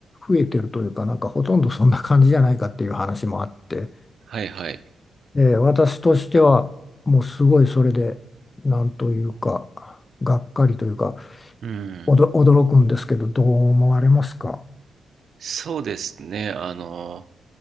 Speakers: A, on the left (about 35°); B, on the right (about 65°).
A: 増えてるというか、なんかほとんどそんな感じじゃないかっていう話もあって、
B: はい、はい、
A: えー私としてはもうすごいそれでなんというかがっかりというか
B: うん。
A: おど驚くんですけどどう思われますか
B: そうですね、あの、